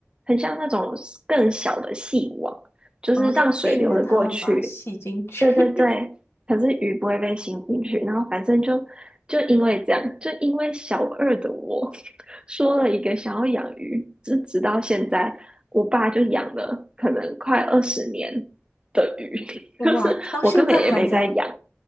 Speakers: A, on the right; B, on the left.
A: 很像那种更小的细网，就是让水流得过去。
B: 然后就避免它们把它吸进去。
A: 对对对，可是鱼不会被吸进去。然后反正就就因为这样，就因为小二的我 <laughs> 说了一个想要养鱼，直直到现在，我爸就养了可能快二十年的鱼，<laughs>
B: <laughs>
A: 就是我根本也没在养。
B: 哇，到现在还在，